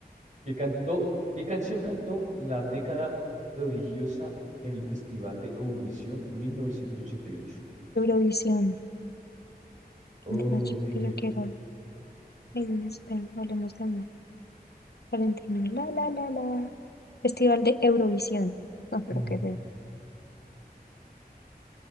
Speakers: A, on the right (about 45°); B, on the left (about 80°).
A: que cantó, ¿qué canción cantó la década prodigiosa en el Festival de Eurovisión 1988?
B: Eurovisión.
A: Ok.
B: Argentina, chico, que yo quiero. Ahí en España, hablemos de amor. Valentino, la la la la. Festival de Eurovisión. No, pero
A: Mm.
B: qué es